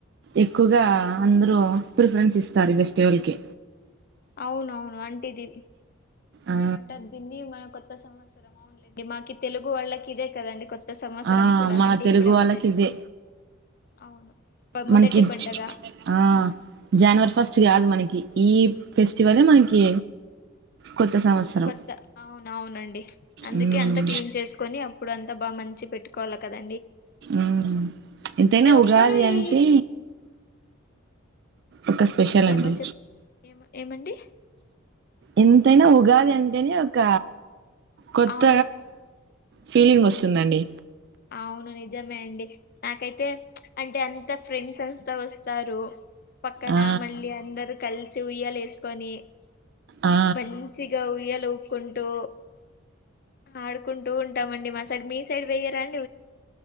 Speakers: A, on the right; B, on the left.
A: ఎక్కువగా అందరు ప్రిఫరెన్స్ ఇస్తారు ఫెస్టివల్ కి
B: అవునవును అంటేది
A: ఆ
B: ఏమంటారు దీన్ని మన కొత్త సమ స్తరం అ మాకు తెలుగు వాళ్ళకి ఇదే కదండి కొత్త సంవత్సరం
A: ఆ
B: కూడా
A: మన
B: అంటే
A: తెలుగు
B: ఇప్పుడే
A: వాళ్ళకి
B: వచ్చేది
A: ఇదే
B: అవును మొదటి
A: మనకి
B: పండగ
A: ఆ జనవరి
B: ఉమ్
A: ఫస్ట్ కాదు మనకి ఈ ఫెస్టివలే మనకి కొత్త సంవత్సరం
B: కొత్త అవును అవునండి అందుకే
A: ఉమ్
B: అంతా క్లీన్ చేసుకొని అప్పుడు అంతా బాగా మంచి వంచి పెట్టుకోల కదా
A: ఉమ్ ఎంతైనా
B: ఒక్కరు
A: ఉగాది అంటే
B: ఈ
A: ఒక స్పెషల్ అండి
B: ఏమో చెప్ ఏమ ఏమండి
A: ఎంతైనా ఉగాది అ ఎంతనే ఒక కొత్త
B: అవును
A: ఫీలింగ్ వస్తుందండి
B: అవును నిజమే అండి నాకైతే అంటే అ త్యా ఫ్రెండ్స్ అంతా వస్తారు పక్కన
A: ఆ
B: మళ్ళీ అందరూ కలిసి ఉయ్యాల వేసుకొని
A: ఆ ఆ
B: మంచిగా ఉయ్యలు ఊపుకుంటూ ఆడుకుం టూ ఉంటామండి మా సైడ్ మీ సైడ్ వేయ్యరా అ